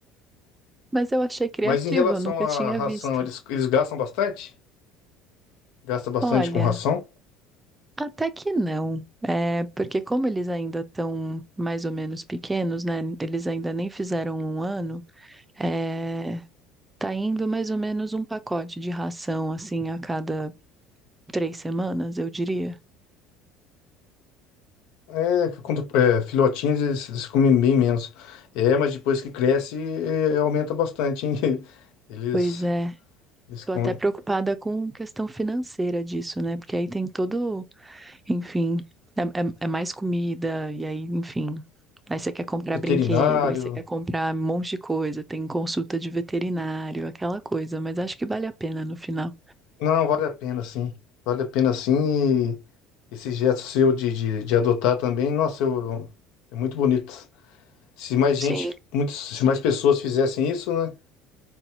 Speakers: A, on the right (about 15°); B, on the left (about 75°).
A: Mas eu achei criativo,
B: Mas em relação
A: eu nunca
B: à
A: tinha
B: ração,
A: visto.
B: eles, eles gastam bastante? Gasta bastante
A: Olha.
B: com ração.
A: Até que não, é, porque como eles ainda estão mais ou menos pequenos, né? Eles ainda nem fizeram um ano, é, tá indo mais ou menos um pacote de ração, assim, a cada três semanas, eu diria.
B: É, quando, é, filhotinhos eles, eles comem bem menos. É, mas depois que cresce, é, é, aumenta bastante, hein? <laughs> Eles,
A: Pois é,
B: eles
A: tô
B: comem.
A: até preocupada com questão financeira disso, né? Porque aí tem todo, enfim, é, é- é mais comida, e aí, enfim, aí você quer comprar
B: Veterinário.
A: brinquedo, aí você quer comprar um monte de coisa, tem consulta de veterinário, aquela coisa, mas acho que vale a pena no final.
B: Não, vale a pena sim. Vale a pena sim. E esse gesto seu de, de, de adotar também, nossa, eu, é muito bonito. Se mais gente,
A: Sim.
B: muitas, se mais pessoas fizessem isso, né?